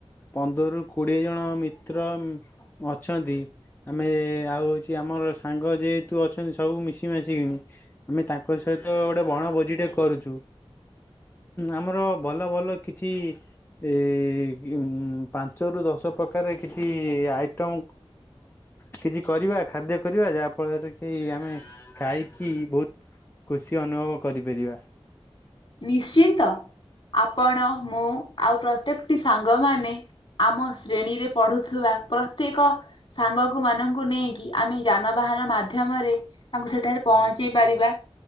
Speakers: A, on the left; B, on the left.
A: ପନ୍ଦରରୁ କୋଡିଏ ଜଣ ମିତ୍ର ଅଛନ୍ତି। ଆମେ ଆଉ ହଉଛି ଆମର ସାଙ୍ଗ ଯେହେତୁ ଅଛନ୍ତି ସବୁ ମିଶି ମାସି କି। ଆମେ ତାଙ୍କ ସହିତ ଗୋଟେ ବଣଭୋଜି ଟେ କରୁଛୁ। ଆମର ଭଲ ଭଲ କିଛି ଏ ଏ ପାଞ୍ଚରୁ ଦଶ ପକ୍ଷ କରେ କିଛି ଆଇଟମ କିଛି କରିବା ଖାଦ୍ୟ କରିବା ଯା ଫ ହା ଫଳରେ କି ଆମେ ଖାଇକି ବହୁତ ଖୁସି ଅନୁଭବ କରିପାରିବା।
B: ନିଶ୍ଚିନ୍ତ ଆପଣ ମୁଁ। ଆଉ ପ୍ରତ୍ୟେକଟି ସାଙ୍ଗମାନେ ଆମ ଶ୍ରେଣୀରେ ପଢୁଥିବା ପ୍ରତ୍ୟେକ ସାଙ୍ଗକୁମାନଙ୍କୁ ନେଇକି ଆମେ ଯାନବାହାନ ମାଧ୍ୟମରେ ତାଙ୍କୁ ସେଠାରେ ପହଞ୍ଚେଇ ପାରିବା